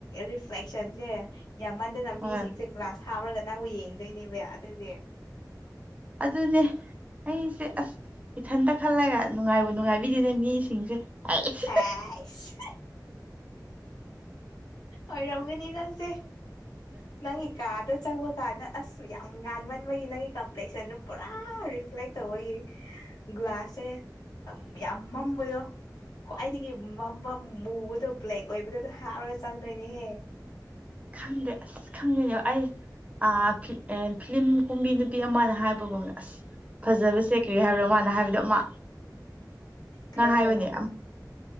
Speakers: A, on the left; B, on the right.
A: ꯔꯤꯐ꯭ꯂꯦꯛꯁꯟꯁꯦ ꯌꯥꯝꯃꯟꯗꯅ
B: ꯍꯣꯏ
A: ꯃꯤꯁꯤꯡꯁꯦ ꯒ꯭ꯂꯥꯁ ꯍꯥꯞꯔꯒ ꯅꯪꯕꯨ ꯌꯦꯡꯗꯣꯏꯅꯦꯕ ꯑꯗꯨꯗꯤ
B: ꯑꯗꯨꯅꯦ ꯑꯩꯁꯦ ꯑꯁ ꯏꯊꯟꯇ ꯈꯜꯂꯒ ꯅꯨꯡꯉꯥꯏꯕ ꯅꯨꯡꯉꯥꯏꯕꯤꯔꯤꯅꯦ ꯃꯤꯁꯤꯡꯁꯦ ꯍꯥꯏꯁ
A: ꯍꯥꯏꯁ ꯑꯣꯏꯔꯝꯒꯅꯤ ꯅꯪꯁꯦ ꯅꯪꯒꯤ ꯀꯥꯗ ꯆꯪꯕ ꯀꯥꯟꯗ ꯑꯁ ꯌꯥꯝ ꯉꯥꯟꯃꯟꯕꯒꯤ ꯅꯪꯒꯤ ꯀꯝꯄ꯭ꯂꯦꯛꯁꯟꯗꯨ ꯄꯨꯔꯥ ꯔꯤꯐ꯭ꯂꯦꯛ ꯇꯧꯕꯒꯤ ꯒ꯭ꯂꯥꯁꯁꯦ ꯌꯥꯝ ꯃꯝꯕꯗꯣ ꯈ꯭ꯋꯥꯏꯗꯒꯤ ꯃꯝꯕ ꯃꯨꯕꯗꯣ ꯕ꯭ꯂꯦꯛ ꯑꯣꯏꯕꯗ ꯑꯗꯨ ꯍꯥꯞꯂꯒ ꯆꯪꯗꯣꯏꯅꯦꯍꯦ
B: ꯈꯪꯗꯦ ꯑꯁ ꯈꯪꯗꯅꯦ ꯑꯩ ꯐꯤꯂꯤꯂꯝ ꯀꯨꯝꯕꯤ ꯅꯨꯄꯤ ꯑꯃꯅ ꯍꯥꯏꯕꯒꯨꯝꯅ ꯑꯁ ꯐꯖꯕꯁꯦ ꯀꯔꯤ ꯍꯥꯏꯕ꯭ꯔꯣ ꯃꯥꯅ ꯍꯥꯏꯕꯗꯣ ꯑꯃ
A: ꯀꯩ
B: ꯅꯪ ꯍꯥꯏꯌꯅꯦ
A: ꯍꯥꯏꯕ